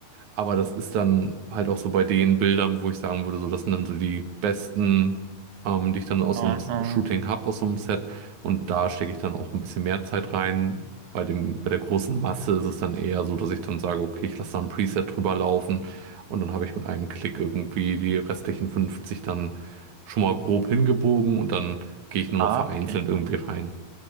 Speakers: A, on the right (about 60°); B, on the right (about 75°).
A: Aber das
B: ja.
A: ist dann halt auch so bei den Bildern, wo ich sagen würde, so das sind dann so die besten, ähm, die ich dann aus so
B: Aha.
A: einem Shooting habe aus so einem Set. Und da stecke ich dann auch ein bisschen mehr Zeit rein. Bei dem, bei der großen Masse ist es dann eher so, dass ich dann sage, okay, ich lasse da ein Preset drüber laufen und dann habe ich mit einem Klick irgendwie die restlichen 50 dann schon mal grob hingebogen und dann gehe ich nur
B: Ah,
A: noch vereinzelt
B: okay.
A: irgendwie
B: ja.
A: rein.